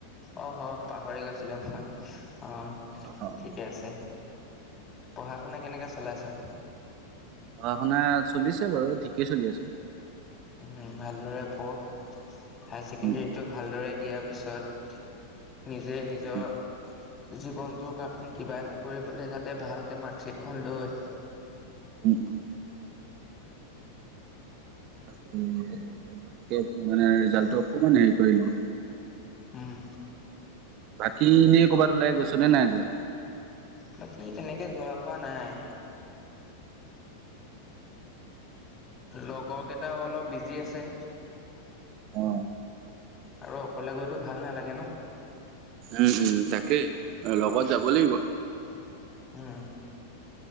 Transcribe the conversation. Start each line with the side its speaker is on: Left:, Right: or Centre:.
Left: অ' অ', পাহৰি গৈছিলো মই। অঁ,
Right: অ', অ',
Left: ঠিকে আছে। পঢ়া শুনা কেনেকে চলাইছ।
Right: পঢ়া শুনা চলিছে বাৰু ঠিকেই চলি আছে।
Left: উম ভালদৰে পঢ়। হায়াৰ ছেকেণ্ডেৰীটো
Right: উম,
Left: ভালদৰে দিয়া। পিছত নিজে নিজৰ
Right: উম, উম,
Left: জীৱনটোৰ কাৰণে কিবা এটা কৰিবলৈ যাতে ভালকে মাৰ্কশ্বিট খন লৈ
Right: উম উম। তাকে মানে ৰিজাল্টো অকমান হেৰি কৰি লওঁ।
Left: হুম।
Right: বাকী এনেই কৰ'বাত ওলাই গৈছনে নাই যোৱা।
Left: বাকী তেনেকে যোৱা নাই। লগৰ কেইটাও অলপ বিজি আছে।
Right: অ'।
Left: আৰু অকলে গৈতো ভাল নালাগে ন।
Right: উম উম তাকেই লগত যাব লাগিব।
Left: উম।